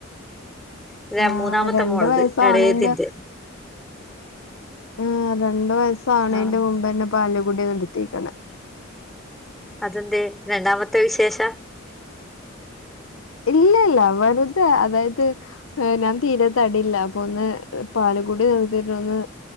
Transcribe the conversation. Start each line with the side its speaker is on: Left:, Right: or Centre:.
Centre: ത്രേ
Left: ആ
Centre: മൂന്നാമത്തെ
Left: രണ്ട്
Centre: മോളത്
Left: വയസ്സാവണേന്റെ
Centre: എളേതിന്റ്
Left: ആ രണ്ട് വയസ്സാവണേന്റെ
Centre: ആഹ്
Left: മുമ്പ്ന്നെ പാല്കുടി നിർത്തീക്ക്ണ്
Centre: അതെന്തേ രണ്ടാമത്തെ വിശേഷ
Left: ഇല്ല ല്ല വെറ്തെ അതായത് ഞാ തീരെ തടില്ല അപ്പൊ ഒന്ന് പാല്കുടി നിർത്തീട്ട് ഒന്ന്